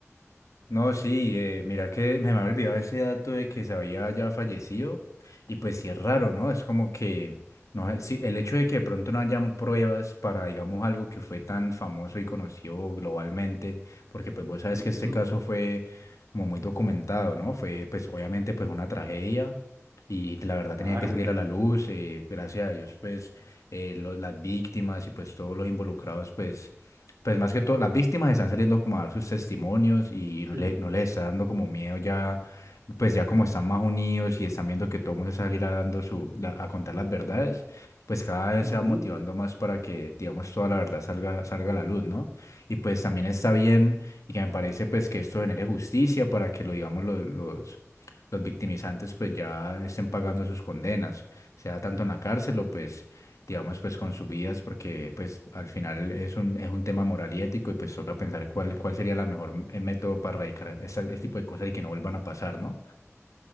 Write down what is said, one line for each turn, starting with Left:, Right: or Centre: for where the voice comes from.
Left: No, sí, eh, mira que me había olvidado ese dato de que se había ya fallecido y pues sí es raro, ¿no? Es como que, no sé, sí, el hecho de que de pronto no hayan pruebas para, digamos, algo que fue tan famoso y conocido globalmente, porque pues vos sabes
Right: Ujú.
Left: que este caso fue como muy documentado, ¿no? Fue pues obviamente pues una tragedia y la verdad
Right: Claro.
Left: tenía que salir a la luz, eh, gracias a Dios pues eh, lo- las víctimas y pues todos los involucrados pues pues más que todo, las víctimas están saliendo como a dar sus testimonios y no
Right: Sí.
Left: le, no les está dando como miedo ya, pues ya como están más unidos y están viendo que todo el mundo salirá dando su, la- a contar las verdades, pues cada vez
Right: Ujú.
Left: se va motivando más para que, digamos, toda la verdad salga, salga a la luz, ¿no? Y pues también está bien y que me parece pues que esto genere justicia para que lo, digamos, los, los, los victimizantes pues ya estén pagando sus condenas, sea tanto en la cárcel o pues digamos, pues con sus vidas, porque pues al final es un, es un tema moral y ético y pues toca pensar cuál, cuál sería la mejor m- el método para erradicar esta- este tipo de cosas y que no vuelvan a pasar, ¿no?